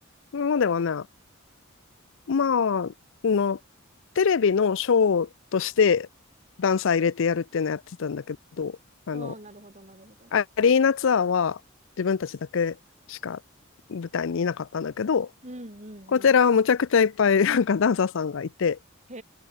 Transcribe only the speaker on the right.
うん、なるほど、なるほど。
うんうんうん。
へ